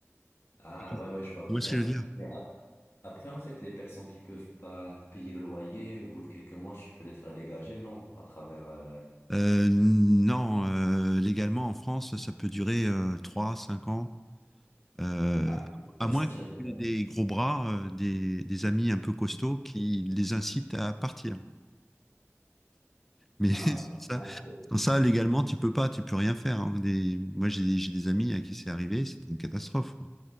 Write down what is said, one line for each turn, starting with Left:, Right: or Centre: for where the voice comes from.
Left: Ah,
Centre: Et que-
Left: ouais,
Centre: Tu
Left: ouais, je vois
Centre: vois
Left: bien.
Centre: ce que je veux dire?
Left: Mais ap- après, en fait, les personnes qui peuvent pas payer le loyer, au bout de quelques mois, tu peux les faire dégager, non, à travers, euh,
Centre: Euh, non, euh, légalement, en France, ça peut durer euh, 3, 5 ans, euh,
Left: ah,
Centre: à
Left: faire
Centre: moins
Left: sortir
Centre: que
Left: des
Centre: tu
Left: gens.
Centre: aies des gros bras, euh, des, des amis un peu costauds qui les incitent à partir. Mais
Left: Ah,
Centre: <laughs> sans ça,
Left: donc,
Centre: sans ça, légalement, tu peux pas, tu peux rien faire. hein. Des- moi, j'ai des, j'ai des amis à qui c'est arrivé, c'était une catastrophe. quoi.